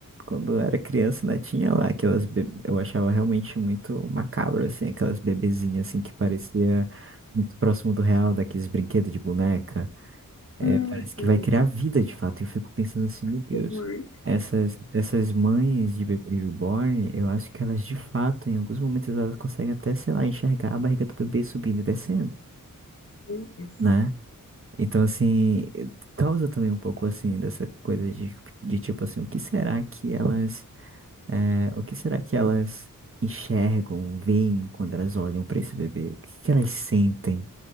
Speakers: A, on the right; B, on the left.
A: quando eu era criança, né, tinha lá aquelas... be- Eu achava realmente muito macabro, assim, aquelas bebezinhas, assim, que parecia muito próximo do real, daqueles brinquedos de boneca. É,
B: hum,
A: parece
B: assim,
A: que vai criar vida, de fato. E eu fico pensando assim, meu Deus,
B: que horror.
A: essas, essas mães de bebê reborn, eu acho que elas, de fato, em alguns momentos, elas conseguem até, sei lá, enxergar a barriga do bebê subindo e descendo,
B: Meu Deus,
A: né? Então, assim, eh, causa também um pouco, assim, dessa coisa de, de tipo assim, o que será que elas, eh, o que será que elas enxergam, veem quando elas olham para esse bebê? O que que elas sentem,